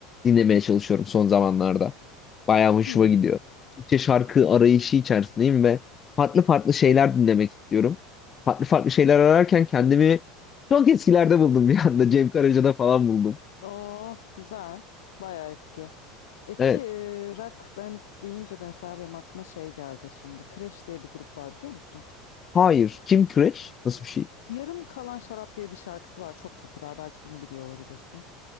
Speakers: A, on the left; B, on the left.
A: dinlemeye çalışıyorum son zamanlarda. Bayağı hoşuma
B: Hı hı.
A: gidiyor. Türkçe şarkı arayışı içerisindeyim ve farklı farklı şeyler dinlemek istiyorum. Farklı farklı şeyler ararken kendimi çok eskilerde buldum bir anda. Cem Karaca'da falan buldum.
B: Oh güzel. Bayağı eski. Eski
A: Evet.
B: e, rock band deyince mesela benim aklıma şey geldi şimdi. Crash diye bir grup var biliyor musun?
A: Hayır. Kim Crash? Nasıl bir şey?
B: Yarım Kalan Şarap diye bir şarkısı var. Çok popüler. Belki bunu biliyor olabilirsin.